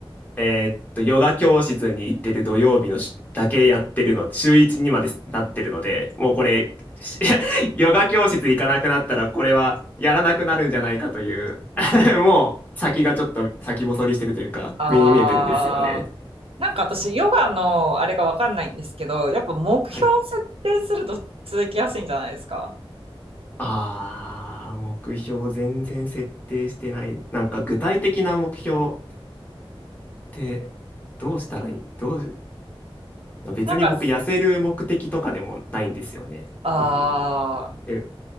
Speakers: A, on the left (about 20°); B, on the right (about 75°).
A: えーっと、ヨガ教室に行ってる土曜日のしだけやってるの、週1にまでなってるので、もうこれ、し <laughs> ヨガ教室行かなくなったら、これはやらなくなるんじゃないかという、<laughs> もう先がちょっと先細りしてるというか、
B: あー、
A: 目に見えてるんですよね。
B: なんか私、ヨガのあれがわかんないんですけど、やっぱ目標設定すると続きやすいんじゃないですか
A: はいあー、目標全然設定してない。なんか具体的な目標ってどうしたらいいどう、別に僕痩せる目的とかでもないんですよね。
B: なんか、あ
A: うん。で、